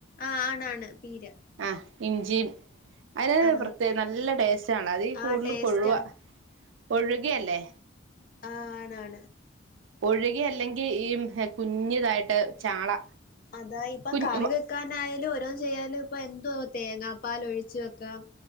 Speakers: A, on the left (about 45°); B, on the right (about 75°).
A: ആ ആണാണ് പീര
B: ആ ഇഞ്ചിമ് അത്നാത്ത്
A: ആ
B: പ്രത്യേ നല്ല ടേസ്റ്റാണ് അതീ കൂടുതല്
A: ആ ടേസ്റ്റ്
B: കൊഴുവ ഒഴുകയല്ലേ
A: ആ ആണ് ആണ്
B: ഒഴുക അല്ലെങ്കീ കുഞ്യതായിട്ട് ചാള
A: അതാ ഇപ്പൊ
B: കുഞ്ഞ്
A: കറി വെ ക്കാനായാലും ഓരോല് ചെയ്യാലുംപ്പൊ എന്തോ തേങ്ങാപ്പാലൊഴിച്ച് വെക്കാം